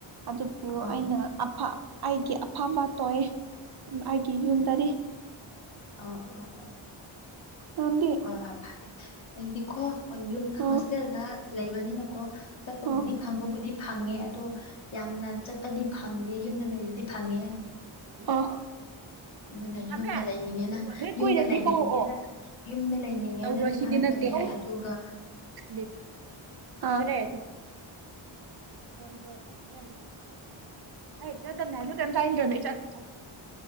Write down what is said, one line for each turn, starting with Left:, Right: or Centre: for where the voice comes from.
Right: ꯑꯗꯨ ꯑꯗꯨ
Left: ꯑꯥ
Right: ꯑꯩꯅ ꯑꯩꯒꯤ ꯑꯐꯕ ꯇꯣꯛꯑꯦ ꯑꯩꯒꯤ ꯌꯨꯝꯗꯗꯤ
Left: ꯑ ꯑ
Right: ꯅꯪꯗꯤ
Left: ꯑ ꯐꯥꯏ <unintelligible> ꯑꯩꯒꯤꯀꯣ ꯍꯣꯏ ꯌꯨꯝꯗ
Right: ꯑꯣ
Left: ꯍꯣꯁꯇꯦꯜꯗ ꯂꯩꯕꯅꯤꯅꯀꯣ ꯆꯠꯄꯕꯨꯗꯤ
Right: ꯑꯣ
Left: ꯐꯪꯕꯕꯨꯗꯤ ꯐꯪꯉꯦ ꯑꯗꯣ ꯌꯥꯝꯅ ꯆꯠꯄꯗꯤ ꯐꯪꯗꯦ ꯌꯨꯝꯗ ꯂꯩꯕꯗꯤ ꯐꯪꯉꯦ
Right: ꯑꯣ
Left: ꯑꯗꯨꯅ
Right: ꯈꯥꯃꯦꯟ
Left: ꯌꯨꯝꯗ ꯂꯩꯅꯤꯡꯉꯦꯅ
Right: ꯑꯗꯨꯒ ꯅꯣꯏ
Left: ꯌꯨꯝꯗ
Right: ꯀꯨꯏꯔꯗꯤ
Left: ꯂꯩꯅꯤꯡꯉꯦꯅ
Right: ꯀꯧꯔꯛꯑꯣ
Left: ꯌꯨꯝꯗ ꯂꯩꯅꯤꯡꯉꯦꯅꯗꯤ
Right: ꯇꯧꯔꯣꯏ ꯁꯤꯗꯤ
Left: ꯍꯥꯏꯕꯅꯦ
Right: ꯅꯠꯇꯦ
Left: ꯑꯗꯨꯒ
Right: ꯂꯤꯞ <unintelligible> ꯂ <unintelligible> ꯑꯗꯨ ꯍꯣꯏ ꯍꯣꯍ ꯁꯤꯗ ꯂꯩ ꯍꯥꯏ ꯆꯠꯅꯤ <unintelligible> ꯑꯗꯨ <unintelligible> ꯆ <unintelligible>